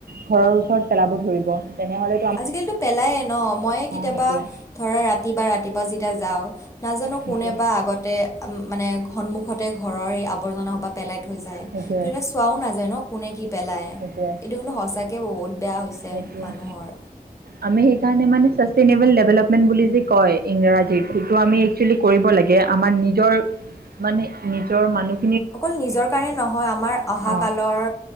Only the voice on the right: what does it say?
ঘৰৰ ওচৰত পেলাব ধৰিব। তেনেহ'লে
সেইটোৱে
সেইটোৱে
সেইটোৱে
সেইটোৱে
সেইটোৱে
আমি সেইকাৰণে মানে চে ষ্টেনেবল ডেভেলপমেণ্ট বুলি যি কয় ইংৰাজীত সেইটো আমি একচুৱেলি কৰিব লাগে আমাৰ নিজৰ মানে নিজৰ মানুহ
অঁ